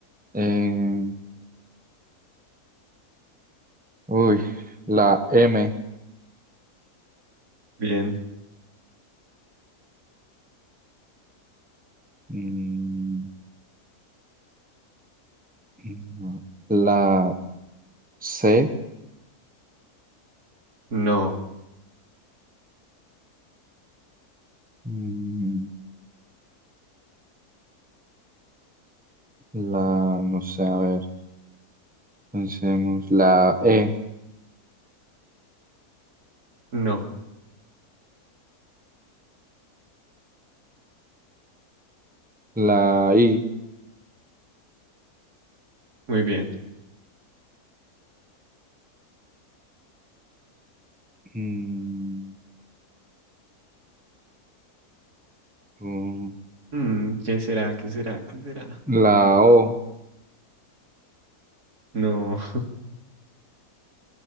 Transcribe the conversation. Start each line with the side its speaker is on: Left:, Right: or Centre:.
Centre: Eh, uy, la M.
Right: bien.
Centre: Mm, no. la C.
Right: No,
Centre: Mm, la, no sé, a ver, pensemos. La E.
Right: no.
Centre: La I.
Right: Muy bien.
Centre: Mm, mm,
Right: Mm, ¿qué será? ¿Qué será? ¿Qué será?
Centre: la O.
Right: No.